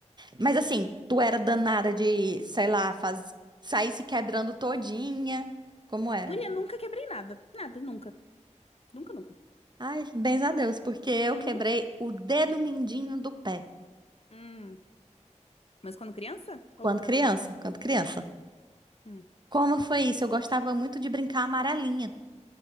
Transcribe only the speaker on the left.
Guria, nunca quebrei nada. Nada, nunca. Nunca, nunca.
Uhum.
Hum. Mas quando criança? Ou
já
adulta?
Hum.